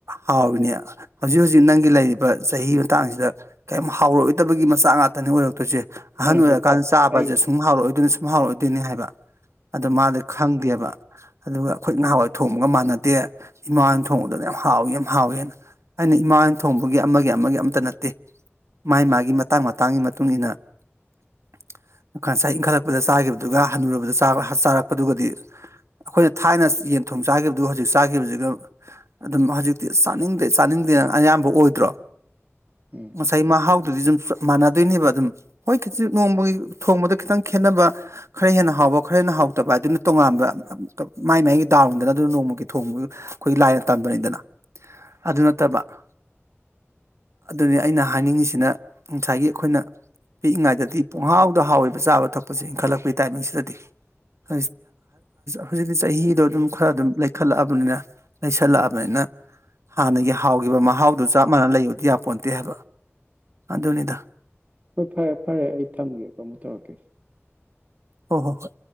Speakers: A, on the right; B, on the right.
A: ꯍꯥꯎꯔꯤꯅꯦ꯫ ꯍꯧꯖꯤꯛ ꯍꯧꯖꯤꯛ ꯅꯪꯒꯤ ꯂꯩꯔꯤꯕ ꯆꯍꯤ ꯃꯇꯥꯡꯖꯤꯗ ꯀꯩꯝ ꯍꯥꯎꯔꯛꯑꯣꯏꯗꯕꯒꯤ ꯃꯆꯥꯛ ꯉꯥꯛꯇꯅꯤ ꯑꯣꯏꯔꯛꯇꯣꯏꯖꯦ꯫ ꯑꯍꯅ
B: ꯉꯥꯏꯈꯣꯀꯣ
A: ꯑꯣꯏꯔꯀꯥꯟ ꯆꯥꯕꯖꯦ
B: ꯑꯩ
A: ꯁꯨ_ _ ꯁꯨꯝ ꯍꯥꯎꯔꯛꯑꯣꯏꯗꯣꯏꯅꯤ ꯁꯨꯝ ꯍꯥꯎꯔꯛꯑꯣꯏꯗꯣꯏꯅꯤ ꯍꯥꯏꯕ ꯑꯗꯣ ꯃꯥꯗꯤ ꯈꯪꯗꯦꯕ꯫ ꯑꯗꯨꯒ ꯑꯈꯣꯏ ꯅꯍꯥꯋꯥꯏ ꯊꯣꯡꯕꯒ ꯃꯥꯅꯗꯦ ꯏꯃꯥꯍꯣꯏꯅ ꯊꯣꯡꯕꯗꯨꯅ ꯌꯥꯝ ꯍꯥꯎꯋꯤ ꯌꯥꯝ ꯍꯥꯎꯋꯦꯅ꯫ ꯑꯩꯅ ꯏꯃꯥꯍꯣꯏꯟ ꯊꯣꯡꯕꯒꯤ ꯑꯃꯒꯤ ꯑꯃꯒꯤ ꯑꯝꯇ ꯅꯠꯇꯦ ꯃꯥꯥꯏ ꯃꯥꯒꯤ ꯃꯇꯥꯡ ꯃꯇꯥꯡꯒꯤ ꯃꯇꯨꯡ ꯏꯟꯅ_ _ <unintelligible> ꯏꯪꯈꯠꯂꯛꯄꯗ ꯆꯥꯒꯤꯕꯗꯨꯒ ꯍꯅꯨꯔꯕꯗ ꯆꯥꯕ ꯆꯥꯔꯛꯄꯗꯨꯒꯗꯤ_ _ ꯑꯈꯣꯏꯅ ꯊꯥꯏꯅ ꯌꯦꯟ ꯊꯣꯡ ꯆꯥꯒꯤꯕꯗꯨꯒ ꯍꯧꯖꯤꯛ ꯆꯥꯒꯤꯕꯖꯤꯒ_ _ ꯑꯗꯨꯝ ꯍꯖꯤꯛꯇꯤ ꯆꯥꯅꯤꯡꯗꯦ ꯆꯥꯅꯤꯡꯗꯦꯅ ꯑꯌꯥꯝꯕ ꯑꯣꯏꯗ꯭ꯔꯣ꯫
B: ꯎꯝ
A: ꯉꯁꯥꯏ ꯃꯍꯥꯎꯗꯨꯗꯤ ꯗꯨꯝ ꯆꯄ ꯃꯥꯟꯅꯗꯣꯏꯅꯦꯕ ꯑꯗꯨꯝ꯫ ꯍꯣꯏ ꯈꯤꯖꯤꯛ ꯅꯣꯡꯃꯒꯤ ꯊꯣꯡꯕꯗ ꯈꯤꯇꯪ_ _ ꯈꯦꯠꯅꯕ ꯈꯔ ꯍꯦꯟꯅ ꯍꯥꯎꯕ ꯈꯔ ꯍꯦꯟꯅ ꯍꯥꯎꯇꯕ ꯍꯏꯗꯨꯅ ꯇꯣꯉꯥꯟꯕ ꯑ__ ꯀꯄ ꯃꯥꯏ ꯃꯥꯏꯒꯤ ꯗꯥꯎꯅꯤꯗꯅ ꯑꯗꯨ ꯅꯣꯡꯃꯒꯤ ꯊꯣꯡꯕꯗꯨ ꯈꯣꯏꯒꯤ ꯂꯥꯏꯅ ꯇꯝꯕꯅꯤꯗꯅ꯫ ꯑꯗꯨ ꯅꯠꯇꯕ_ _ ꯑꯗꯨꯅꯤ ꯑꯩꯅ ꯍꯥꯏꯅꯤꯡꯉꯤꯁꯤꯅ ꯉꯁꯥꯏꯒꯤ ꯑꯈꯣꯏꯅ_ _ ꯄꯤꯛꯏꯉꯩꯗꯗꯤ ꯄꯨꯡꯍꯥꯎꯗ ꯍꯥꯎꯋꯦꯕ ꯆꯥꯕ ꯊꯛꯄꯁꯦ ꯏꯟꯈꯠꯂꯛꯄꯩ ꯇꯥꯏꯃꯤꯡꯁꯤꯗꯗꯤ꯫ <unintelligible> ꯍꯨꯖꯤꯛꯇꯤ ꯆꯍꯤꯗꯣ ꯑꯗꯨꯝ ꯈꯔ ꯑꯗꯨꯝ ꯂꯩꯈꯠꯂꯛꯑꯕꯅꯤꯅ ꯂꯩꯁꯜꯂꯛꯑꯕꯅꯤꯅ_ _ ꯍꯥꯟꯅꯒꯤ ꯍꯥꯎꯒꯤꯕ ꯃꯍꯥꯎꯗꯨ ꯆꯞ ꯃꯥꯟꯅ ꯂꯩꯌꯨꯗꯤ ꯌꯥꯄꯣꯟꯇꯦ ꯍꯥꯏꯕ ꯑꯗꯨꯅꯤꯗ꯫
B: ꯍꯣꯏ ꯐꯔꯦ ꯐꯔꯦ ꯑꯩ ꯊꯝꯒꯦꯀꯣ ꯀꯃꯨꯛ ꯇꯧꯔꯛꯀꯦ꯫
A: ꯍꯣ- ꯍꯣ- ꯍꯣꯏ꯫